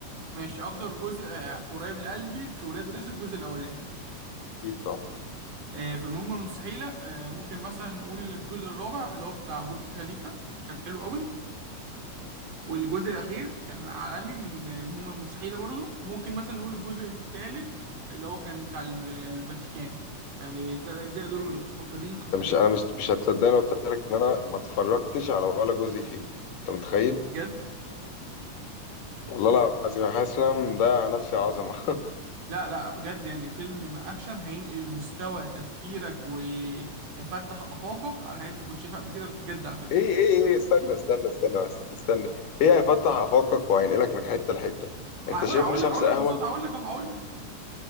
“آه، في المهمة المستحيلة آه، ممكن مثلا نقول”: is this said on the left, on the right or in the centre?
Right